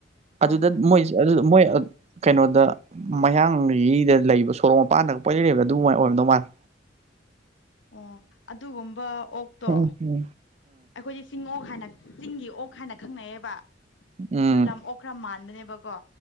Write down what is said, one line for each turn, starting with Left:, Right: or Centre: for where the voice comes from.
Left: ꯍꯣꯏ
Right: ꯑꯗꯨꯗ ꯃꯣꯏ ꯀꯩꯅꯣꯗ ꯃꯌꯥꯡꯒꯤꯗ ꯂꯩꯕ ꯁꯣꯔꯣꯛ ꯃꯄꯥꯟꯗ ꯀꯣꯏ ꯂꯩ ꯂꯩꯗ ꯑꯗꯨꯃꯥꯏꯅ ꯑꯣꯏꯔꯝꯗꯧ ꯃꯥꯜꯂꯦ
Left: ꯑꯣ ꯑꯗꯨꯒꯨꯝꯕ ꯑꯣꯛꯇꯣ
Right: ꯍꯝ ꯍꯝ
Left: ꯑꯩꯈꯣꯏꯗꯤ ꯆꯤꯡ ꯑꯣꯛ ꯍꯥꯏꯅ ꯆꯤꯡꯒꯤ ꯑꯣꯛ ꯍꯥꯏꯅ ꯈꯪꯅꯩꯑꯕ
Right: ꯎꯝ
Left: ꯑꯣ ꯂꯝ ꯑꯣꯛ ꯈꯔ ꯃꯥꯟꯗꯅꯦꯕꯀꯣ